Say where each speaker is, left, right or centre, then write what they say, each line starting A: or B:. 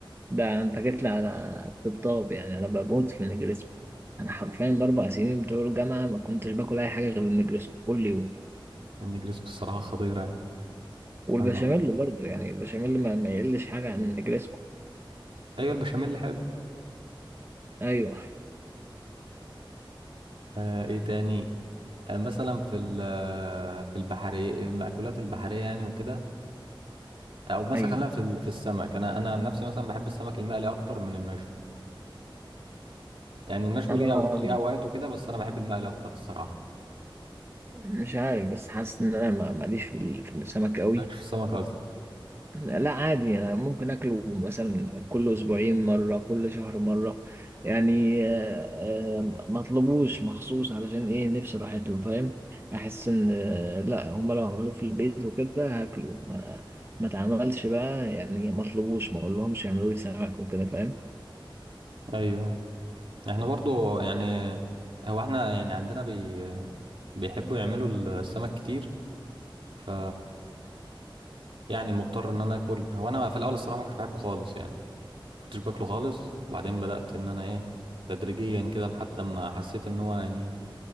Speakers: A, on the right; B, on the right.
A: ده انت جيت لي على الطبطاب يعني انا بموت في النجريسكو انا حرفيا
B: اه
A: الاربع سنين بتوع الجامعه ما كنتش باكل اي حاجه غير النجريسكو كل يوم
B: النجرسكو الصراحة خطيرة يعني
A: والبشاميل
B: لما
A: برضه يعني البشاميل ما, ما يقلش حاجه عن النجريسكو
B: أيوة البشاميل حلو
A: ايوه
B: آه إيه تاني آه مثلا في ال- في البحرية المأكولات البحرية يعني وكده او مثلا
A: ايوه
B: خلينا في ال- في السمك انا انا عن نفسي مثلا بحب السمك المقلي اكتر من المشوي يعني المشوي
A: انا
B: ليه أو... ليه اوقات وكده بس انا بحب المقلي اكتر الصراحه
A: مش عارف بس حاسس ان انا ما- ماليش في ال- في السمك قوي
B: مالكش في السمك اصلا
A: لا لا عادي أنا ممكن اكله مثلا كل اسبوعين مره كل شهر مره يعني آه، آه، ما اطلبوش مخصوص علشان ايه نفسي راحت له فاهم احس ان آه، لا هم لو عملوه في البيت وكده هاكله ما ما اتعملش بقى يعني ما اطلبوش ما اقولهمش يعملوا لي سمك وكده فاهم
B: ايوه احنا برضو يعني هو احنا يعني عندنا بي... بيحبوا يعملوا السمك كتير ف يعني مضطر ان انا اكل هو انا في الاول الصراحه ما كنتش بحبه خالص يعني كنتش باكله خالص وبعدين بدات ان انا ايه تدريجيا كده لحد ما حسيت ان هو يعني